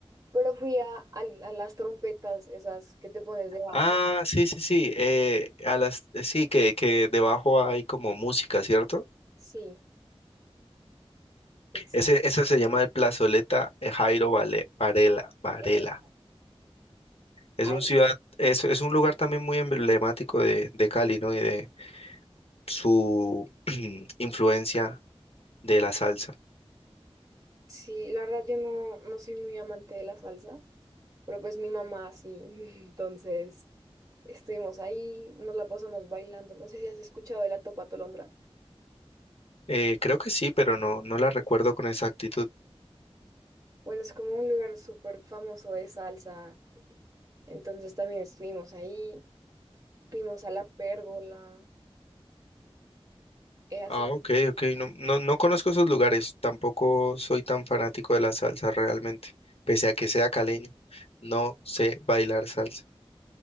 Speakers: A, on the right (about 35°); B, on the left (about 70°).
A: Pero fui a, al- a las trompetas, esas que te pones debajo.
B: Ah, sí, sí, sí. eh, a las, eh, sí, que, que debajo hay como música, ¿cierto?
A: Sí, exacto.
B: Ese, esa se llama el Plazoleta eh, Jairo Vale- Varela, Varela.
A: Eh,
B: Es
A: ahí,
B: un ciudad, es, es un lugar también muy emblemático de, de Cali, ¿no? Y de su <clears throat> influencia de la salsa.
A: sí, la verdad yo no, no soy muy amante de la salsa, pero pues mi mamá sí, <laughs> entonces estuvimos ahí, nos la pasamos bailando. No sé si has escuchado de la Topa Tolondra.
B: Eh, creo que sí, pero no, no la recuerdo con exactitud.
A: Bueno, es como un lugar súper famoso de salsa Entonces también estuvimos ahí, fuimos a la pérgola, eh, así
B: Ah,
A: como,
B: ok, ok. No, no, no conozco esos lugares. Tampoco soy tan fanático de la salsa realmente. Pese a que sea caleño, no sé bailar salsa.